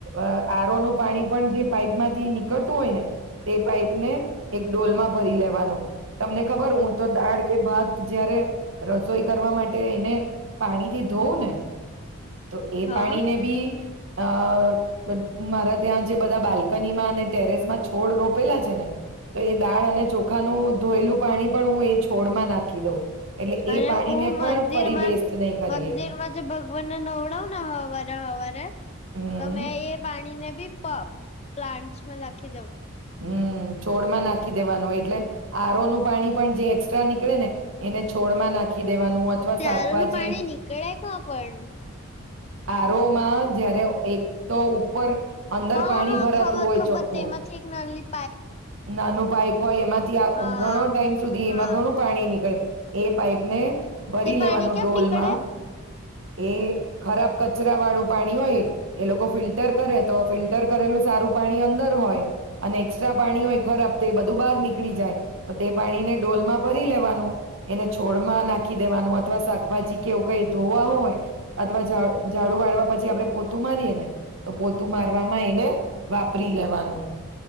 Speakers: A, on the right (about 60°); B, on the left (about 30°).
A: અહ આર ઓ નું પાણી પણ જે પાઈપમાંથી નીકળતું હોય ને તે પાઈપ ને એક ડોલમાં ભરી લેવાનું. તમને ખબર હું તો દાળ કે ભાત જયારે રસોઈ કરવા માટે એને પાણીથી ધોવું ને તો એ
B: હા
A: પાણીને બી અહ મારા ત્યાં જે બધા બાલ્કનીમાં અને ટેરેસ માં છોડ રોપેલા છે ને, તો એ દાળ અને ચોખાનું ધોયેલું પાણી પણ હું એ છોડ માં નાખી દઉં. એટલે
B: અને
A: એ પાણીને
B: હું
A: પણ
B: મંદિરમાં-મંદિરમાં
A: ફરી વેસ્ટ નહી કરીએ
B: જે ભગવાનને નવડાવ ને હવારે-હવારે,
A: હમ
B: તો મેં એ પાણીને બી પ પ્લાન્ટસમાં લાખી દઉ.
A: હમ્મ, છોડમાં નાખી દેવાનું, એટલે આર ઓ નું પાણી પણ જે એકક્સ્ટ્રા નીકળે ને એને છોડ માં નાખી દેવાનું અથવા
B: ત્યારનું
A: શાકભાજી
B: પાણી નીકળે કા પણ?
A: આ રો માં જયારે એક તો ઉપર અંદર
B: હા
A: પાણી
B: હા
A: ભરાતું
B: ખબર
A: હોય
B: ખબર
A: ચોખ્ખું
B: તોમાંથી એક નલ ની
A: નાનું પાઈપ હોય એમાંથી આ
B: હા
A: ઘણો ટાઈમ સુધી એમાં
B: હા
A: ઘણું પાણી નીકળે. એ પાઇપ ને ભરી
B: તે પાણી
A: લેવાનું
B: કેમ
A: ડોલમાં
B: નીકળે
A: એ ખરાબ કચરા વાળું પાણી હોય એ લોકો ફિલ્ટર કરે તો ફિલ્ટર કરેલું સારું પાણી અંદર હોય અને એક્સ્ટ્રા પાણી હોય ખરાબ તે બધું બહાર નીકળી જાય. તો તે પાણીને ડોલમાં ભરી લેવાનું એને છોડમાં નાખી દેવાનું અથવા શાકભાજી કેવું કઈ ધોવા હોય અથવા ઝા-ઝાડું વાળવા પછી આપડે પોતું મારીએ ને તો પોતું મારવામાં એને વાપરી લેવાનું.